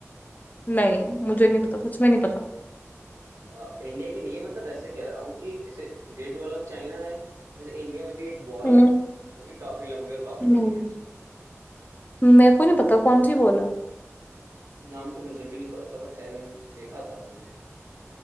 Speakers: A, on the left (about 35°); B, on the right (about 90°).
A: नहीं मुझे नहीं पता सच में नहीं पता
B: अ, इंडिया की नहीं है मतलब ऐसे कह रहा हूँ कि इसे ग्रेट वॉल ऑफ चाइना है वैसे इंडिया में भी एक बॉल
A: हम्म,
B: है वो भी काफी लंबी और काफी
A: नहीं
B: बड़ी है
A: मेरे को नहीं पता कौन सी वॉर है
B: नाम तो मुझे भी नहीं पता बट है मैंने देखा था कहीं